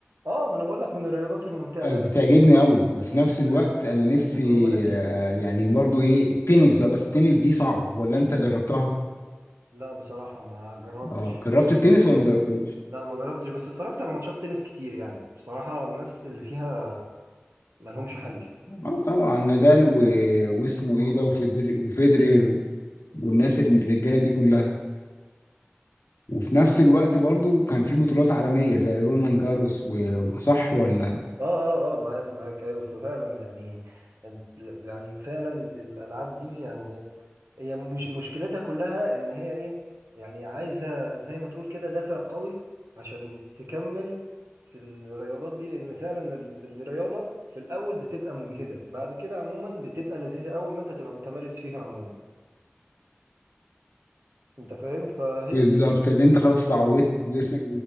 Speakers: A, on the right (about 80°); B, on the left (about 80°).
A: اه ما انا بقول لك من الرياضات الممتعه
B: آه،
A: يعني
B: بتعجبني
A: بصراحه
B: قوي وفي
A: كانت حاجه
B: نفس الوقت
A: فاهم
B: انا نفسي
A: كانت تجربه لذيذه
B: آه،
A: فاهم
B: يعني برضو ايه التنس بقى بس التنس دي صعب ولا انت جربتها
A: لا بصراحه ما جربتش
B: اه
A: يعني
B: جربت التنس ولا ما جربتهوش
A: لا ما جربتش بس اتفرجت على ماتشات تنس كتير يعني بصراحه الناس اللي فيها ما لهمش حل
B: اه طبعا نادال و... واسمه ايه ده وفيدر... وفيدرير والناس الرجاله دي كلها وفي نفس الوقت برضو كان في بطولات عالميه زي رولان جاروس و... وصح ولا
A: اه اه اه معاك معاك ايوه فعلا يعني يعني فعلا الالعاب دي يعني هي مش مشكلتها كلها ان هي ايه يعني عايزه زي ما تقول كده دافع قوي عشان تكمل في الرياضات دي لان فعلا ال- الرياضه في الاول بتبقى مجهده بعد كده عموما بتبقى لذيذه اول ما انت تبقى متمارس فيها عموما انت فاهم فهي
B: بالظبط
A: دي
B: اللي انت
A: فكره
B: خلاص
A: الرياضه
B: اتعودت جسمك